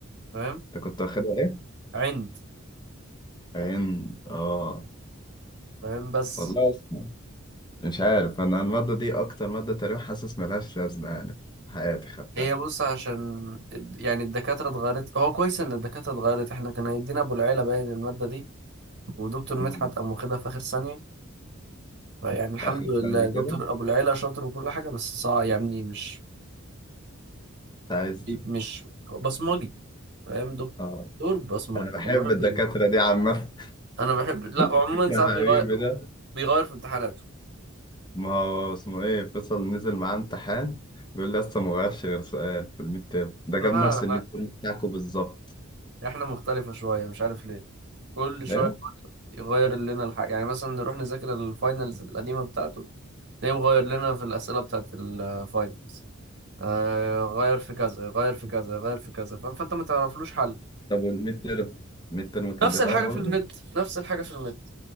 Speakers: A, on the right (about 55°); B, on the left (about 20°).
A: فاهم
B: أنت كنت واخدها إيه؟
A: عند
B: عين آه
A: فاهم بس
B: والله أصلا مش عارف أنا المادة دي أكتر مادة تقريبا حاسس ملهاش لازمة يعني في حياتي خدتها
A: هي بص عشان الد- يعني الدكاترة اتغيرت هو كويس إن الدكاترة اتغيرت احنا كان هيدينا أبو العيلة باين المادة دي ودكتور مدحت
B: أمم
A: قام واخدها في آخر ثانية فيعني الحمد
B: آخر
A: لله
B: ثانية كده
A: دكتور أبو العيلة شاطر وكل حاجة بس صعب يعني مش
B: أنت عايز
A: مش بصمجي فاهم دكتور
B: آه
A: بصمجي
B: أنا بحب
A: أنا ما بحبش
B: الدكاترة
A: ده
B: دي عامة
A: أنا بحب لا
B: <laughs>
A: وعموما
B: يا
A: ساعات
B: حبيبي
A: بيغير
B: ده
A: بيغير في امتحاناته
B: ما هو اسمه ايه فيصل نزل معاه امتحان بيقول لي لسه ما غيرش غير سؤال في الميد تيرم ده جاب
A: <laughs> ها
B: نفس الميد
A: لا
B: تيرم بتاعكم بالظبط
A: احنا مختلفة شوية مش عارف ليه كل شوية
B: ايه
A: يغير لنا الحاجة يعني مثلا نروح نذاكر الفاينلز القديمة بتاعته ليه مغير لنا في الأسئلة بتاعت الفاينلز آه غير في كذا غير في كذا غير في كذا فاهم فأنت ما تعرفلوش حل
B: طب والميد تيرم الميد تيرم كان
A: نفس
B: بيغير
A: الحاجة
B: برضه
A: في النت نفس الحاجة في النت